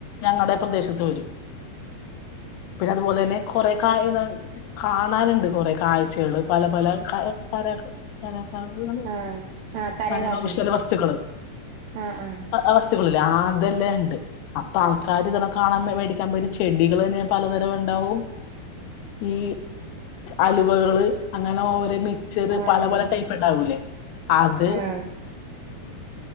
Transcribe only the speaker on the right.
ആഹ് ആഹ് കരകാട്ടോ
ആഹ് ആഹ്
ആഹ്
ആഹ്
ആഹ്